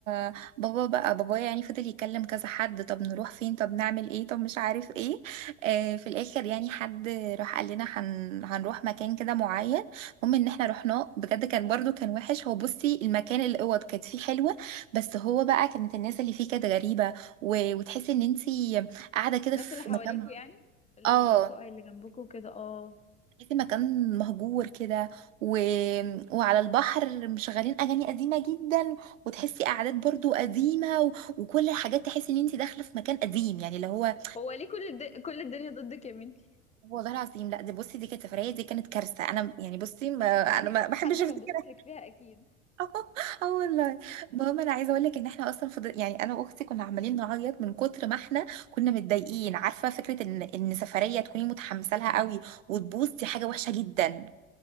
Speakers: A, on the right (about 65°); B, on the left (about 15°).
A: آه، بابا بقى بابايا يعني فضل يكلم كذا حد طب نروح فين طب نعمل ايه طب مش عارف ايه آه في الاخر يعني حد راح قال لنا هن هنروح مكان كده معين المهم ان احنا رحناه بجد كان برضو كان وحش هو بصي المكان الاوض كانت فيه حلوة بس هو بقى كانت الناس اللي فيه كانت غريبة و... وتحسي ان انتي قاعدة كده
B: الناس
A: في
B: اللي حواليكوا
A: مكان
B: يعني الشقق
A: اه
B: اللي جنبكوا وكده اه
A: تحسي مكان مهجور كده و... وعلى البحر مشغلين اغاني قديمه جدا وتحسي قعدات برضو قديمه و... وكل الحاجات تحسي ان انت داخله في مكان قديم يعني اللي هو
B: هو ليه كل الد... كل الدنيا ضدك يا بنتي
A: والله العظيم لا دي بصي دي كانت سفريه دي كانت كارثه انا يعني بصي ما... انا ما بحبش
B: حد
A: افتكرها
B: كان باصص لك فيها اكيد
A: <laughs> اه والله المهم انا عايزه اقول لك ان احنا اصلا فضل... يعني انا واختي كنا عمالين نعيط من كتر ما احنا كنا متضايقين عارفه فكره ان ان سفريه تكوني متحمسه لها قوي وتبوظ دي حاجه وحشه جدا